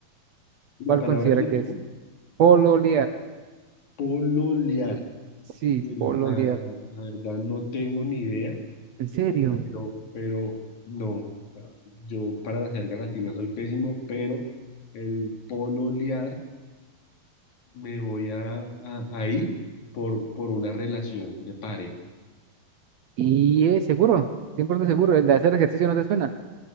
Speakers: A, on the left; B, on the right.
A: La
B: ¿Cuál
A: palabra
B: considera
A: que,
B: que
A: perdón,
B: es? Pololear.
A: pololear.
B: Sí,
A: Uy, la,
B: pololear.
A: la verdad, la verdad no tengo ni idea,
B: ¿En serio?
A: pero, pero no, yo para la jerga latina soy pésimo, pero el pololear me voy a, a- a ir por, por una relación de pareja.
B: ¿Y es seguro? 100% seguro. ¿El de hacer ejercicio no te suena?